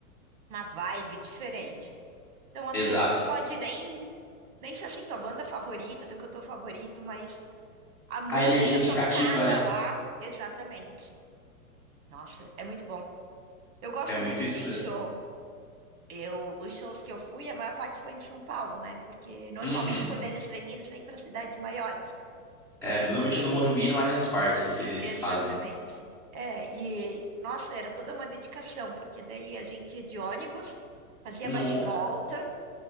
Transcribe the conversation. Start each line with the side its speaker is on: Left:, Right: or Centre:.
Right: uma vibe diferente. Então, às
Centre: Exato.
Right: vezes, tu pode nem, nem ser assim, tua banda favorita, teu cantor favorito, mas a música
Centre: A energia
Right: tocada
Centre: te cativa, né?
Right: lá, exatamente. Nossa, é muito bom. Eu gosto
Centre: É muito
Right: muito
Centre: isso
Right: de ir em
Centre: mesmo.
Right: show. Eu, os shows que eu fui, a maior parte foi em São Paulo, né? Porque normalmente
Centre: Uhum.
Right: quando eles vêm, eles vêm para cidades maiores.
Centre: É, normalmente é no Morumbi e no Allianz Parque que eles
Right: Exatamente.
Centre: fazem.
Right: É, e nossa, era toda uma dedicação, porque daí a gente ia de ônibus, fazia
Centre: Nossa.
Right: bate-volta,